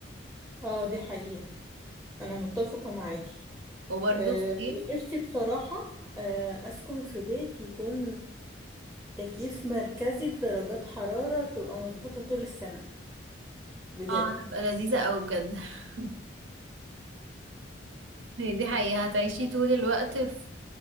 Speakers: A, in the centre; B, on the right.
A: اه دي حقيقة أنا متفقة معاكي
B: وبرضه
A: أه
B: الصيف
A: ونفسي بصراحة أه أسكن في بيت يكون تكييف مركزي بدرجات حرارة تبقى مظبوطة طول السنة بجد
B: اه هتبقى لذيذة أوي بجد <laughs> هي دي حقيقة هتعيشي طول الوقت في